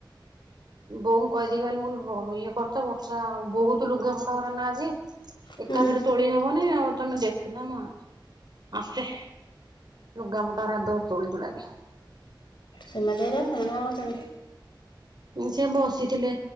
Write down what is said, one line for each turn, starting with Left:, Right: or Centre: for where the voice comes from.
Right: ବୋଉଙ୍କୁ କହିଦେଇକି ଆଇଲି ମୁଁ କହିଲି ଇଏକରୁଥା ବର୍ଷା ବୋହୁ ବହୁତ ଲୁଗାପଟାଉରାନା ଆଜି ଏକାଥରେ
Left: ହୁଁ।
Right: ତୋଳି ହବନି ଆଉ ତମେ ଦେଖୁତା ମୁଁ ଆଉଚି। ଆମେ ଲୁଗାପଟାଉରା ଦୁଅ ତେଳିଦେଲାଣି।
Left: ଜେମାଦେଇ ର ଶୋମ୍ୟ କେମିତି।
Right: ସେ ବସିଥିଲେ